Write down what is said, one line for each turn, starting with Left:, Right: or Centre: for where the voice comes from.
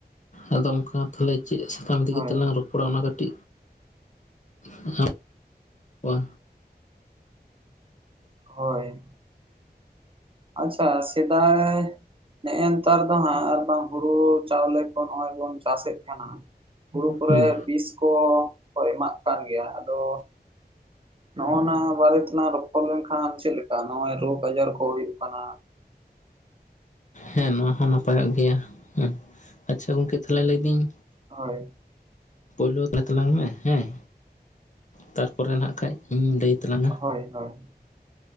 Left: ᱟᱫᱚ ᱚᱝᱠᱟ ᱛᱟᱦᱚᱞᱮ ᱪᱮᱫ ᱥᱟᱛᱟᱢ ᱤᱫᱤ
Right: ᱦᱳᱭ
Left: ᱠᱟᱛᱮᱜ ᱞᱟᱝ ᱨᱚᱯᱚᱲᱟ ᱚᱱᱟ ᱠᱟᱹᱴᱤᱡ <inaudible> ᱠᱚᱣᱟ᱾
Right: ᱦᱳᱭ᱾ ᱟᱪᱪᱷᱟ ᱥᱮᱫᱟᱭ ᱱᱮᱜᱼᱮ ᱱᱮᱛᱟᱨ ᱫᱚ ᱦᱟᱸᱜ ᱟᱨ ᱵᱟᱝ ᱦᱩᱲᱩ ᱪᱟᱣᱞᱮ ᱠᱚ ᱱᱚᱸᱜᱼᱚᱭ ᱵᱚᱱ ᱪᱟᱥᱮᱜ ᱠᱟᱱᱟ ᱦᱟᱸᱜ, ᱦᱩᱲᱩ ᱠᱚᱨᱮ
Left: ᱦᱮᱸ
Right: ᱵᱤᱥ ᱠᱚ ᱮᱢᱟᱜ ᱠᱟᱱ ᱜᱮᱭᱟ ᱟᱫᱚ ᱱᱚᱸᱜᱼᱱᱟ ᱵᱟᱨᱮ ᱛᱮᱞᱟᱝ ᱨᱚᱯᱚᱲ ᱞᱮᱱᱠᱷᱟᱱ ᱪᱮᱫ ᱞᱮᱠᱟ ᱱᱚᱸᱜᱼᱚᱭ ᱨᱳᱜᱽ ᱟᱡᱟᱨ ᱠᱚ ᱦᱩᱭᱩᱜ ᱠᱟᱱᱟ,
Left: ᱦᱮᱸ ᱱᱚᱣᱟ ᱦᱚᱸ ᱱᱟᱯᱟᱭᱚᱜ ᱜᱮᱭᱟ, ᱦᱮᱸ ᱟᱪᱪᱷᱟ ᱜᱚᱝᱠᱮ ᱛᱟᱦᱚᱞᱮ ᱞᱟᱹᱭᱫᱟᱹᱧ
Right: ᱦᱳᱭ᱾
Left: ᱯᱳᱭᱞᱳ ᱛᱟᱛ ᱞᱟᱝ ᱢᱮ ᱦᱮᱸ ᱛᱟᱨᱯᱚᱨᱮ ᱱᱟᱠᱷᱟᱡ ᱤᱧᱤᱧ ᱞᱟᱹᱭ ᱛᱟᱞᱟᱝᱟ᱾
Right: ᱦᱳᱭ ᱦᱳᱭ᱾